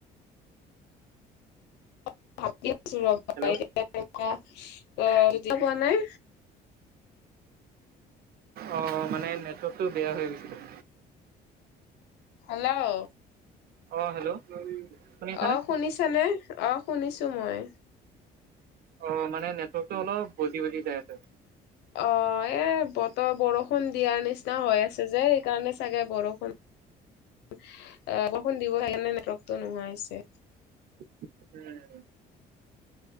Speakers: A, on the left; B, on the right.
A: <inaudible> ভাবি আছো ৰবা
B: হেল্ল'
A: এনেকুৱা জেগা পোৱা নাই।
B: অ' মানে নেটৱৰ্কটো বেয়া হৈ গৈছিলে।
A: হেল্ল'
B: অ হেল্ল' শুনি আছানে
A: অ' শুনিছানে অ' শুনিছো মই।
B: অ' মানে নেটৱৰ্কতটো অলপ বজি বজি যাই আছে।
A: অ' এ বতৰ বৰষুণ দিয়াৰ নিচিনা হৈ আছে যে সেইকাৰণে চাগে বৰষুণ। বৰষুণ দিব সেকাৰণে নেটৱৰ্ক টো নোহাৱা হৈছে।
B: উম।